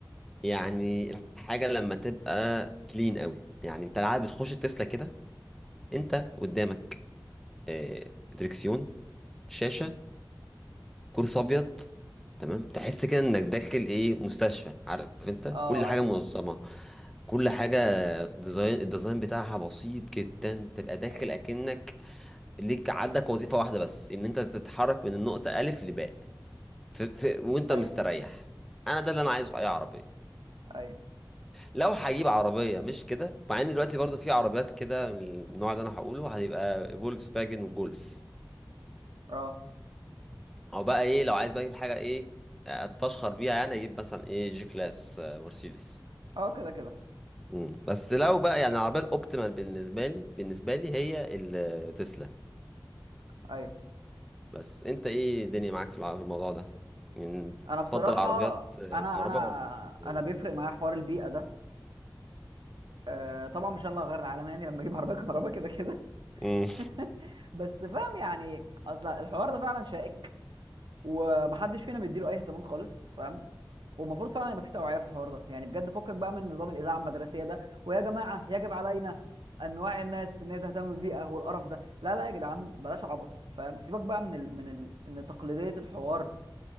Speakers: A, in the centre; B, on the right.
A: يعني الحاجه لما تبقى كلين قوي يعني انت العادة بتخش التسلا كده انت قدامك آه، دريكسيون شاشة كرسي ابيض تمام تحس كده انك داخل ايه مستشفى عارف انت
B: اه
A: كل حاجه
B: ايوه
A: منظمه كل حاجه ديزاين الديزاين بتاعها بسيط جدا تبقى داخل
B: ايوه
A: اكنك ليك عندك وظيفه واحده بس ان انت تتحرك من النقطه الف لباء ف... ف... وانت
B: ايوه
A: مستريح انا ده اللي انا عايزه في اي عربيه
B: ايوه
A: لو هجيب عربيه مش كده مع ان دلوقتي برضو في عربيات كده من النوع اللي انا هقوله هتبقى فولكس فاجن وجولف
B: اه
A: او بقى ايه لو عايز بقى اجيب حاجه ايه اتفشخر بيها يعني اجيب مثلا ايه جي كلاس آه، مرسيدس
B: اه كده كده
A: مم. بس لو بقى يعني العربيه الاوبتيمال بالنسبه لي بالنسبه لي هي التسلا
B: ايوه
A: بس انت ايه الدنيا معاك في الع- في الموضوع ده يعني
B: انا
A: تفضل
B: بصراحه
A: عربيات آه،
B: انا
A: كهرباء
B: انا
A: ولا بتاعية؟
B: انا بيفرق معايا حوار البيئه ده آه، طبعا مش انا اللي هغير العالم يعني لما اجيب عربيه كهرباء كده كده
A: امم
B: <laughs> بس فاهم يعني اصل الحوار ده فعلا شائك ومحدش فينا بيديله اي اهتمام خالص فاهم والمفروض فعلا يبقى في توعيه في الحوار ده يعني بجد فكك بقى من نظام الاذاعه المدرسيه ده ويا جماعه يجب علينا ان نوعي الناس ان هي تهتم بالبيئه والقرف ده لا لا يا جدعان بلاش عبط فاهم سيبك بقى من ال... من ال... ان تقليديه الحوار